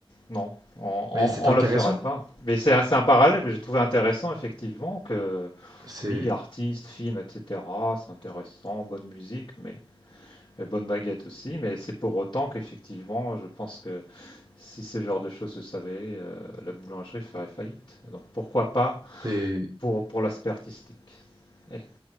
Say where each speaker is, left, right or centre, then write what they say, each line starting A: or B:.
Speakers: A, on the left (about 50°); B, on the right (about 40°).
A: Non, on,
B: Mais c'est intéressant.
A: ne le ferait pas. Mais c'est un, c'est un parallèle que j'ai trouvé intéressant, effectivement, que
B: C'est,
A: oui, artistes, films, etc., c'est intéressant, bonne musique, mais et bonne baguette aussi, mais c'est pour autant qu'effectivement, je pense que si ce genre de choses se savait, euh, la boulangerie ferait faillite. Donc pourquoi pas
B: c'est,
A: pour, pour l'aspect artistique. Eh,